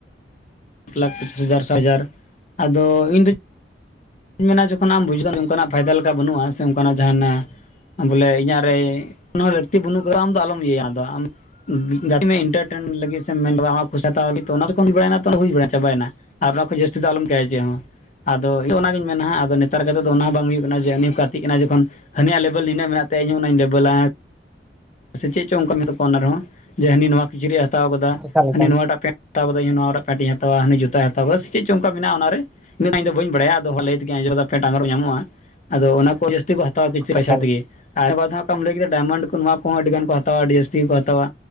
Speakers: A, on the left; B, in the centre.
A: ᱞᱟᱠᱷ ᱯᱚᱸᱪᱤᱥ ᱦᱟᱡᱟᱨ ᱟᱫᱚ ᱤᱧ ᱫᱚ ᱤᱧ ᱢᱮᱱᱟ ᱡᱚᱠᱷᱚᱱ ᱟᱢ ᱵᱩᱡᱷᱣ ᱚᱱᱠᱟᱱᱟᱜ ᱯᱷᱟᱭᱫᱟ ᱞᱮᱠᱟ ᱵᱟᱹᱱᱩᱜᱼᱟ ᱥᱮ ᱚᱱᱠᱟᱱᱟᱜ ᱡᱟᱦᱟᱱᱟᱜ ᱵᱚᱞᱮ ᱤᱧᱟᱹᱜ ᱨᱮ ᱞᱟᱹᱠᱛᱤ ᱵᱟᱹᱱᱩᱜ ᱟᱠᱟᱫᱟ ᱟᱢ ᱫᱚ ᱟᱞᱚᱢ ᱤᱭᱟᱹᱭᱟ ᱟᱫᱚ ᱜᱟᱛᱮᱢ ᱤᱱᱴᱟᱨᱴᱮᱱ ᱞᱟᱹᱜᱤᱫ ᱥᱮ ᱢᱮᱱ ᱞᱟᱹᱜᱤᱫ ᱚᱱᱟᱚ ᱠᱷᱚᱱ ᱦᱩᱭ ᱵᱟᱲᱟᱭᱱᱟ ᱛᱚ ᱦᱩᱭ ᱵᱟᱲᱟ ᱪᱟᱵᱟᱭᱮᱱᱟ᱾ ᱟᱨ ᱚᱱᱟ ᱠᱷᱚᱱ ᱡᱟᱹᱥᱛᱤ ᱫᱚ ᱟᱞᱚᱢ ᱠᱮ ᱪᱮ ᱦᱚᱸ ᱟᱫᱚ ᱚᱱᱟᱜᱤᱧ ᱢᱮᱱᱟ ᱦᱸᱜ ᱟᱫᱚ ᱱᱮᱛᱟᱨ ᱠᱟᱛᱮᱫ ᱫᱚ ᱚᱱᱟ ᱦᱚᱸ ᱵᱟᱝ ᱦᱩᱭᱩᱜ ᱠᱟᱱᱟ ᱡᱮ ᱩᱱᱤ ᱦᱚᱸ ᱜᱟᱛᱮᱜ ᱠᱟᱱᱟᱭ ᱡᱚᱠᱷᱚᱱ ᱦᱟᱱᱤᱭᱟᱜ ᱞᱮᱵᱮᱞ ᱤᱱᱟᱹᱜ ᱢᱮᱱᱟᱜ ᱛᱟᱭ ᱤᱧᱚᱸ ᱚᱱᱟᱧ ᱞᱮᱵᱮᱞᱟ ᱥᱮ ᱪᱮᱫ ᱪᱚᱝ ᱚᱝᱠᱟ ᱚᱱᱟ ᱨᱮᱦᱚᱸ ᱡᱮ ᱦᱟᱹᱱᱤ ᱱᱚᱣᱟ ᱠᱤᱪᱨᱤᱡ ᱮ ᱦᱟᱛᱟᱣ ᱠᱟᱫᱟ
B: ᱮᱠᱟᱞ
A: ᱦᱟᱹᱱᱤ
B: ᱮᱠᱟᱞ
A: ᱱᱚᱣᱟᱴᱟᱜ ᱯᱮᱱᱴ ᱛᱟᱣᱵᱟᱫᱮ ᱤᱧ ᱱᱚᱣᱟ ᱴᱟᱜ ᱯᱮᱱᱴ ᱤᱧ ᱦᱟᱛᱟᱣᱟ ᱦᱟᱱᱤ ᱡᱩᱛᱟᱭ ᱦᱟᱛᱟᱣᱟ ᱵᱟᱥ ᱪᱮᱫ ᱪᱚᱝ ᱚᱱᱠᱟ ᱢᱮᱱᱟᱜᱼᱟ ᱚᱱᱟᱨᱮ ᱩᱱᱟᱹᱜ ᱫᱚ ᱤᱧ ᱫᱚ ᱵᱟᱹᱧ ᱵᱟᱲᱟᱭᱟ ᱫᱚᱦᱚ ᱞᱟᱹᱭ ᱛᱮᱜᱮ ᱟᱸᱡᱚᱢᱮ ᱫᱟᱯᱮ ᱯᱮᱱᱴ ᱧᱟᱢᱚᱜᱼᱟ ᱟᱫᱚ ᱚᱱᱟ ᱠᱚ ᱡᱟᱹᱥᱛᱤ ᱠᱚ ᱦᱟᱛᱟᱣᱟ ᱠᱪᱷᱩ ᱯᱚᱭᱥᱟ
B: ᱮᱠᱟᱞ
A: ᱛᱮᱜᱮ <unintelligible> ᱚᱠᱟᱢ ᱞᱟᱹᱭ ᱠᱮᱫᱟ ᱰᱟᱭᱢᱚᱱᱰ ᱠᱚ ᱱᱚᱣᱟ ᱠᱚᱦᱚᱸ ᱟᱹᱰᱤ ᱜᱟᱱ ᱠᱚ ᱦᱟᱛᱟᱣᱟ ᱟᱹᱰᱤ ᱡᱥᱛᱤ ᱠᱚᱠᱚ ᱦᱟᱛᱟᱣᱟ